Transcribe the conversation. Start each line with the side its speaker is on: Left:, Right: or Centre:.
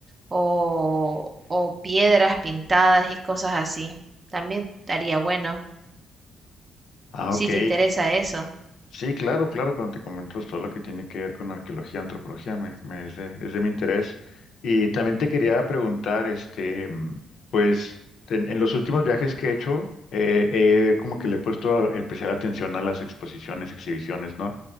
Right: o, o piedras pintadas y cosas así. También estaría bueno,
Left: Ah,
Right: si
Left: ok.
Right: te interesa eso.
Left: Sí, claro, claro, cuando te comento todo lo que tiene que ver con arqueología, antropología, me, me es de, es de mi interés. Y también te quería preguntar, este, mm, pues, en, en los últimos viajes que he hecho, eh, eh, como que le he puesto especial atención a las exposiciones, exhibiciones, ¿no?